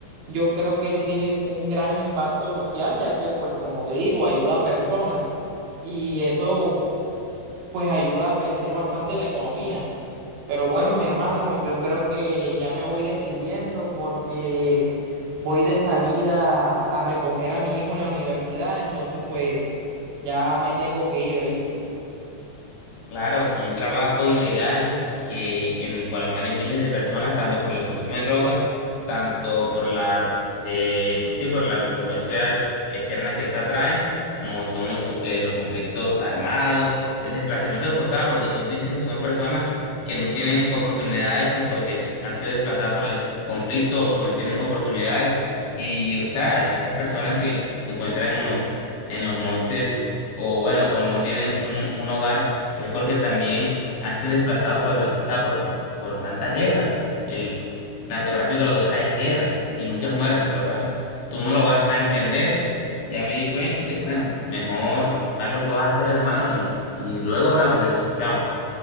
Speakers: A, on the right (about 75°); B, on the left (about 70°).
A: yo creo que eso tiene un gran impacto social, ya que, pues, como te digo, ayuda a personas y eso, pues, ayuda a crecer bastante la economía. Pero bueno, mi hermano, yo creo que ya me voy despidiendo porque voy de salida a recoger a mi hijo en la universidad, entonces, pues, ya me tengo que ir, ¿oíste?
B: Claro, un trabajo ilegal que en el cual mueren miles de personas, tanto por el consumo de drogas, tanto por las, eh, pues sí, por las consecuencias externas que esta trae, como son el con- eh, los conflictos armados, el desplazamiento forzado, porque tú dices que son personas que no tienen oportunidades, pues porque s- han sido desplazadas por el conflicto o porque no tienen oportunidades, y o sea, estas personas que se encuentran en los, en los montes o bueno, o no tienen un un hogar es porque también han sido desplazados por, o sea, por, por tanta guerra. Y el narcotráfico lo que trae es guerra y muchas muertes, pero bueno, tú no lo vas a entender. Ya me di cuenta, bueno, mejor haz lo que vas a hacer, hermano, y, y luego hablamos de eso. Chao.